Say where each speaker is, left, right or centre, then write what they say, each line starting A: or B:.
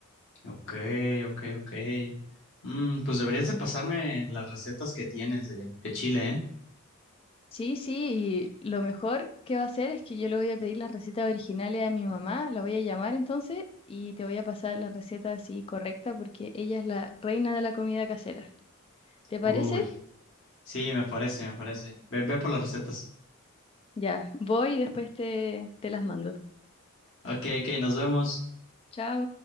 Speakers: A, on the left; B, on the left.
A: Ok, ok, ok. Mm, pues deberías de pasarme las recetas que tienes de, de Chile, ¿eh?
B: Sí, sí, y lo mejor que va a hacer es que yo le voy a pedir las recetas originales a mi mamá, la voy a llamar entonces y te voy a pasar las recetas así correctas porque ella es la reina de la comida casera. ¿Te parece?
A: Uy, sí, me parece, me parece. Ven, ve por las recetas.
B: Ya, voy y después te, te las mando.
A: Ok, ok, nos vemos.
B: Chao.